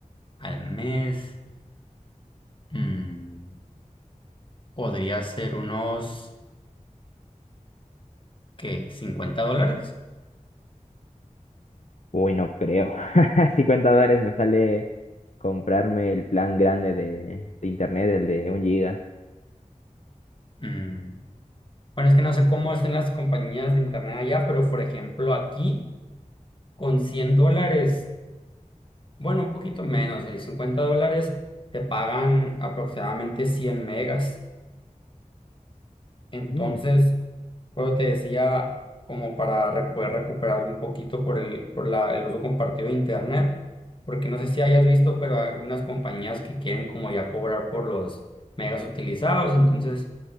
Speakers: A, on the left; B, on the left.
A: al mes. Mm, podría ser unos, ¿qué? cincuenta dólares?
B: Uy, no creo. <laughs> cincuenta dólares me sale comprarme el plan grande de, de internet, el de un giga.
A: Mm, Bueno, es que no sé cómo es en las compañías de internet allá, pero por ejemplo aquí con 100 dólares, bueno, un poquito menos, eh, 50 dólares, te pagan aproximadamente 100 megas. Entonces,
B: Mm,
A: Bueno, te decía, como para re- poder recuperarlo un poquito por el, por la, el uso compartido de Internet, porque no sé si hayas visto, pero hay unas compañías que quieren como ya cobrar por los megas utilizados, entonces